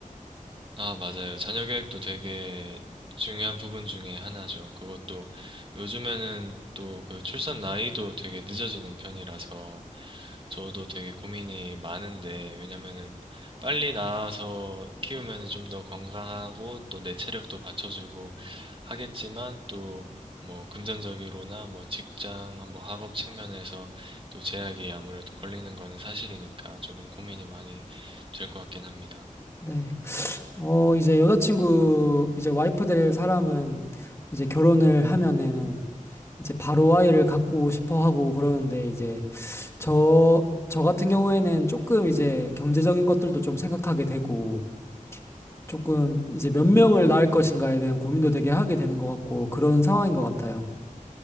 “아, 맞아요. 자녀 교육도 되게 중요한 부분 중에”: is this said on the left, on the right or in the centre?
Right